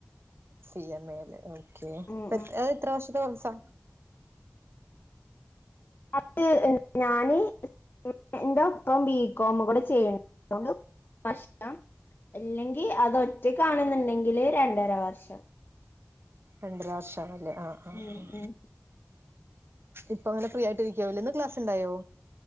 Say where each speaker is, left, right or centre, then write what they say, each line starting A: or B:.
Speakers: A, on the right (about 55°); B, on the left (about 45°).
A: C M ഏല് okay
B: ഉം
A: അത്
B: ഉം
A: എത്ര വർഷത്തെ കോഴ്സാ
B: <unintelligible> ഞാന് അയ്ന്റെ ഒപ്പം ബി കോമും കൂടെ ചെയ്യണെണ്ട് അതുകൊണ്ട് <unintelligible> ഇല്ലെങ്കി അത് ഒറ്റക്കാണിന്നിണ്ടെങ്കില് രണ്ടര വർഷം
A: രണ്ടര വർഷം ആണല്ലെ ആഹ് ആഹ്
B: ഉം
A: ആഹ്
B: ഉം
A: ഇപ്പങ്ങനെ ഫ്രീ ആയിട്ട് ഇരിക്കുവാവില്ലെ ഇന്ന് ക്ലാസ്സിണ്ടായോ